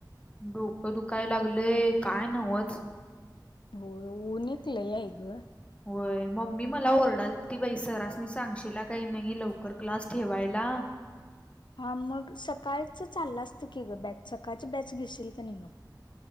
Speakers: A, on the left; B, on the left.
A: डोकं दुखाय लागलंय काय नवच
B: हो उनेतलं याय ग
A: होय मम्मी मला ओरडाल त बाई सरासनी सांगशला काही नाही लवकर क्लास ठेवायला
B: हा मग सकाळच चाललं असतं की ग बॅच सकाळची बॅच घेशील का नाही मग